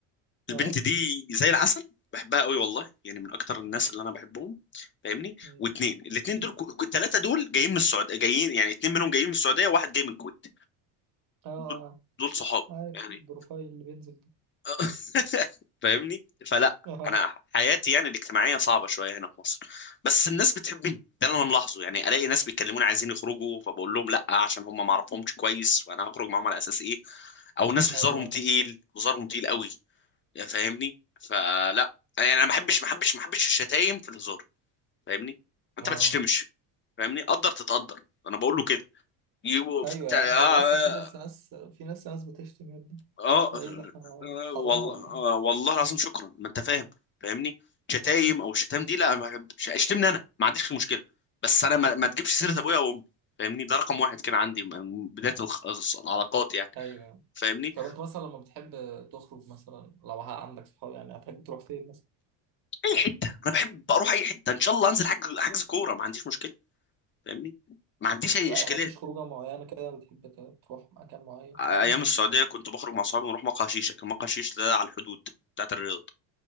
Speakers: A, on the right (about 45°); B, on the left (about 25°).
A: اه
B: البنت دي زي العسل بحبها قوي والله يعني من اكتر الناس اللي انا بحبهم فاهمني
A: مم.
B: واتنين الاتنين دول الثلاثه دول جايين من السعوديه جايين يعني اتنين منهم جايين من السعوديه وواحد جاي من الكويت
A: اه آه.
B: دول دول صحاب
A: عارف
B: يعني
A: البروفايل اللي بينزل ده
B: <laughs> فاهمني فلا
A: <laughs> اه
B: انا حياتي يعني الاجتماعيه صعبه شويه هنا في مصر بس الناس بتحبني ده اللي انا ملاحظه يعني الاقي ناس بيتكلموني عايزين يخرجوا فبقول لهم لا عشان هم ما اعرفهمش كويس وانا هخرج معاهم على اساس ايه او ناس هزارهم
A: ايوه
B: تقيل هزارهم تقيل قوي يعني فاهمني فلا يعني انا ما بحبش ما بحبش ما بحبش الشتايم في الهزار فاهمني انت
A: اه
B: ما تشتمش فاهمني قدر تتقدر انا بقول له كده يو-
A: ايوه
B: ف- تع-
A: يا
B: اه
A: عم إيه، وصل في ناس ناس في ناس ناس بتشتم يا ابني
B: آه،
A: ده ايه ده احنا
B: آه،
A: في حضانه
B: والله
A: ولا
B: آه، والله العظيم شكرا ما انت فاهم فاهمني شتايم او الشتام دي لا ما بحبش اشتمني انا ما عنديش مشكله بس انا ما, ما تجيبش سيره ابويا وامي فاهمني ده رقم واحد كان عندي من بدايه الخ- العلاقات يعني
A: ايه ايوه
B: فاهمني
A: طب انت مثلا لما بتحب تخرج مثلا لو عندك صحاب يعني هتحب تروح فين مثلا
B: اي حته انا بحب اروح اي حته ان شاء الله انزل حجز حجز كوره ما عنديش مشكله فاهمني ما عنديش اي
A: لا
B: اشكاليه
A: يعني مفيش خروجه معينه كده بتحب ت- تروح مكان معين
B: ايام
A: مثلا
B: السعوديه كنت بخرج مع اصحابي ونروح مقهى شيشه كان مقهى شيشه ده على الحدود بتاعت الرياض